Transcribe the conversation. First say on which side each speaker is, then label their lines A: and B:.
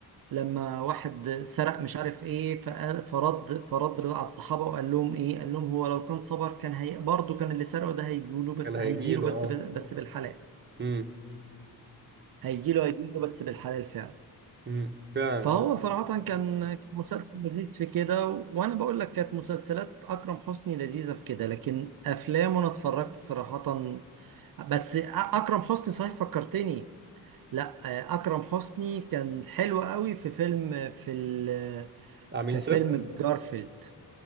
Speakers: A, on the right (about 60°); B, on the right (about 30°).
A: لما واحد سرق مش عارف ايه فقال- فرد فرد على الصحابة وقال لهم ايه قال لهم هو لو كان صبر كان هي برضه كان اللي سرقه ده هيجيله بس
B: كان هيجيله
A: هيجيله بس بس
B: اه
A: بالحلال
B: امم
A: هيجيله هيجيله بس بالحلال فعلا
B: امم فعلا
A: فهو
B: اه
A: صراحة كان كان مسلسل لذيذ في كده و- وأنا بقول لك كانت مسلسلات أكرم حسني لذيذة في كده لكن أفلامه أنا اتفرجت صراحة بس أ- أكرم حسني صحيح فكرتني لا أكرم حسني كان حلو قوي في فيلم في ال
B: عميل
A: في
B: صفر
A: فيلم جارفيلد